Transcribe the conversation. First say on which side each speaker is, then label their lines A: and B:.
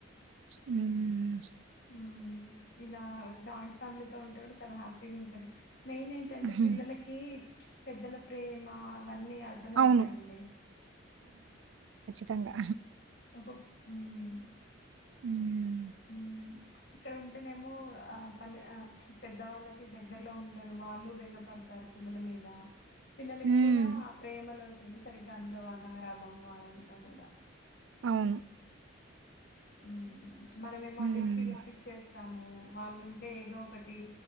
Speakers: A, on the right; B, on the left.
A: ఉమ్
B: మ్మ్ ఇలా జాయింట్ ఫ్యామిలీ తో ఉంటే కూడ చాలా హ్యా హ్యాపీ గుంటది మెయిన్ ఏంటంటే
A: ఉహుం.
B: పిల్లలకి పెద్దల ప్రేమా వన్నీ అర్థంమవుతాయండి
A: అవును తంగా
B: ఓవ్ మ్
A: మ్మ్
B: ఉమ్ ఇక్కడ ఉంటేనేమో ఆ పలె ఆ పెద్ద వాళ్ళకి దగ్గరలో ఉండరు వాళ్ళు బెంగ పడతారు పిల్లల మీద పిల్లలకి
A: హ్మ్
B: కూడ ఆ ప్రేమలో ఏవి సరిగ్గా అందవ్ అ గారాబం అదంతా గూడ
A: అవును
B: మ్మ్ మనమేమె
A: హ్మ్
B: అన్నిటికిీ రిస్ట్రిక్ట్ చేస్తాము వాళ్ళు ఉంటే ఏదో ఒకటి